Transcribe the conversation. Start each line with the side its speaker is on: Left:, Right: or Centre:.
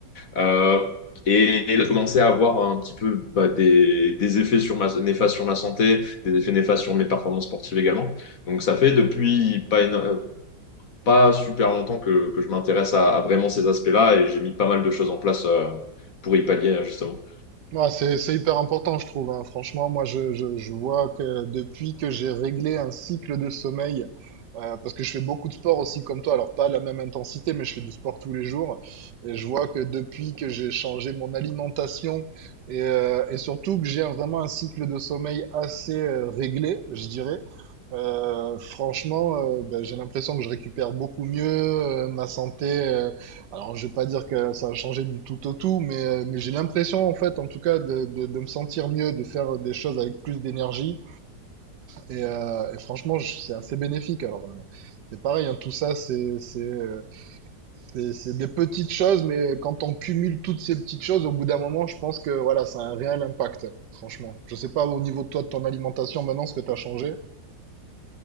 Left: Euh, et, et de commencer à avoir un petit peu bah, des, des effets sur ma, néfastes sur ma santé, des effets néfastes sur mes performances sportives également. Donc ça fait depuis pas, éno- euh, pas super longtemps que, que je m'intéresse à, à vraiment ces aspects-là et j'ai mis pas mal de choses en place euh, pour y pallier euh, justement.
Right: Ouais, c'est, c'est hyper important, je trouve, hein. Franchement, moi, je, je, je vois que depuis que j'ai réglé un cycle de sommeil, euh, parce que je fais beaucoup de sport aussi comme toi, alors pas à la même intensité, mais je fais du sport tous les jours. Et je vois que depuis que j'ai changé mon alimentation et, euh, et surtout que j'ai un- vraiment un cycle de sommeil assez euh, réglé, je dirais, euh, franchement, euh, ben, j'ai l'impression que je récupère beaucoup mieux, euh, ma santé. euh, alors, je vais pas dire que ça a changé du tout au tout, mais, euh, mais j'ai l'impression, en fait, en tout cas, de, de- de me sentir mieux, de faire des choses avec plus d'énergie. Et, euh, et franchement, je- c'est assez bénéfique. Alors, euh, c'est pareil, hein, tout ça, c'est, c'est, euh, c'est, c'est des petites choses, mais quand on cumule toutes ces petites choses, au bout d'un moment, je pense que voilà, ça a un réel impact, franchement. Je sais pas au niveau de toi, de ton alimentation, maintenant, ce que tu as changé.